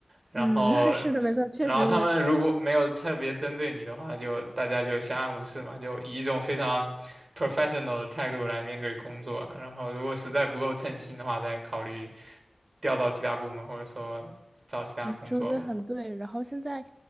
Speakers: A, on the right; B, on the right.
A: 然后，
B: 嗯，<laughs> 是的，没错，确实我
A: 然后他们如果没有特别针对你的话，就大家就相安无事嘛，就以一种非常 professional 的态度来面对工作。然后，如果实在不够称心的话，再考虑调到其他部门，或者说找其他工作吧。
B: 你说的很对。然后现在